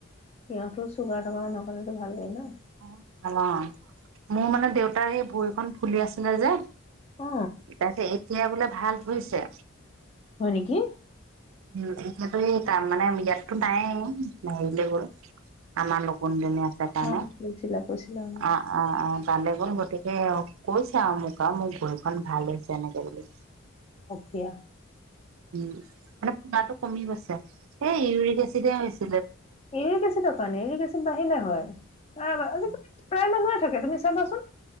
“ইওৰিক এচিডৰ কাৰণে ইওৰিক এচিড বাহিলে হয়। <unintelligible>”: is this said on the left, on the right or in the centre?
Left